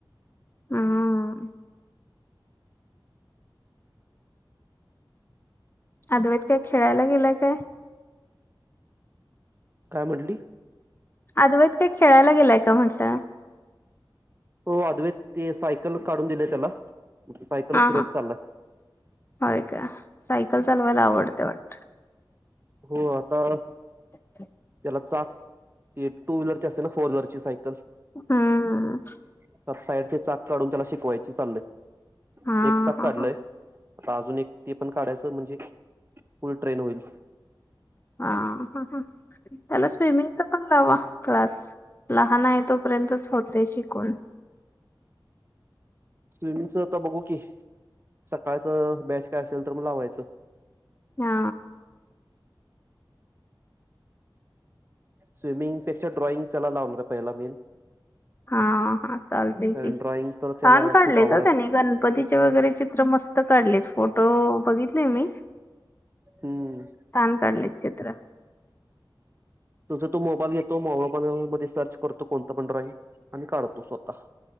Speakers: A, on the left; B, on the right.
A: हं. अद्वैत काय खेळायला गेलाय काय?
B: काय म्हंटली?
A: अद्वैत काय खेळायला गेलाय का म्हटलं?
B: हो अद्वेेत ते सायकल काढून दिलंय त्याला सायकल
A: हा,
B: फिरवत
A: हा.
B: चाललाय
A: होय का? सायकल चालवायला आवडतंय वाटत.
B: हो. आता
A: <inaudible>
B: त्याला चाक ती टू व्हीलरची असते ना फोर व्हीलरची सायकल
A: हूं
B: त्यात साईड ते चाक काढून त्याला शिकवायची चाललंय
A: हा
B: एक चाक
A: हा
B: काढलंय
A: हा
B: आता अजून एक ते पण काढायचं म्हणजे फुल ट्रेन होईल.
A: हा हा हा त्याला स्विमिंगच पण लावा क्लास लहान आहे तोपर्यंतच होतय शिकून
B: स्विमिंगचं आता बघू की सकाळचं बॅच काय असेल तर मग लावायचं.
A: हा
B: स्विमिंगपेक्षा ड्रॉइंग त्याला लावणार पहिला मी
A: हा हा चालतय
B: कारण
A: की <unintelligible>
B: ड्रॉइंग तर त्याला
A: काढलयका
B: खूप आवड आहे
A: त्यांनी गणपतीचे वगैरे चित्र मस्त काढलेत. फोटो बघितले मी
B: हम्म
A: छान काढले. चित्र
B: तुझं तु मोबाईल घेतो मोबाईल मध्ये सर्च करतो कोणत पण ड्रॉइंग आणि काढतो स्वतः